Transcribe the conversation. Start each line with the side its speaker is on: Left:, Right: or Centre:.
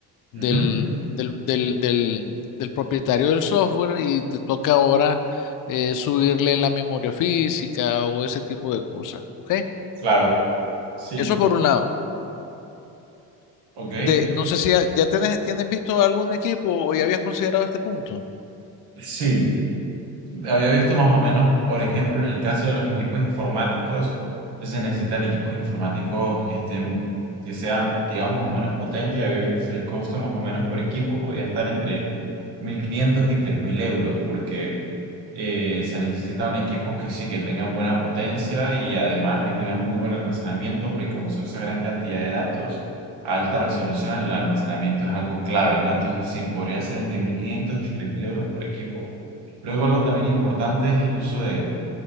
Left: del,
Right: Ujú.
Left: del, del, del, del propietario del software y te toca ahora eh, subirle la memoria física o ese tipo de cosas, ¿ok?
Right: Claro. Sí.
Left: Eso por un lado.
Right: Ok.
Left: De, no sé si ya, ya tienes, tienes visto algún equipo o ya habías considerado este punto.
Right: Sí. Había visto más o menos, por ejemplo, en el caso de los equipos informáticos, se necesitan equipos informáticos que estén, que sean, digamos, más o menos potentes. y Había visto que el costo más o menos por equipo podía estar entre 1.500 y 3.000 euros, porque eh, se necesitan equipos que sí, que tengan buena potencia y además que tengan muy buen almacenamiento, porque como se usa gran cantidad de datos, a alta resolución, el almacenamiento es algo clave, ¿no? Entonces sí, podría ser entre 1.500 y 3.000 euros por equipo. Luego algo también importante es el uso de